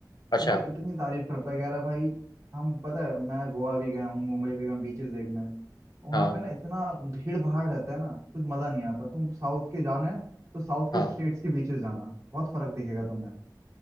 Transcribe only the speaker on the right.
तो भाई इतनी तारीफ करता है कह रहा है भाई हम पता है मैं गोवा भी गया हूँ मुंबई भी गया हूँ बीचेस देखने तो वहाँ
पे ना इतना भीड़ भाड़ रहता है ना कुछ मजा नहीं आता तुम साउथ के जाना है तो साउथ के
स्टेट्स के बीचेस जाना बहुत फर्क दिखेगा तुम्हें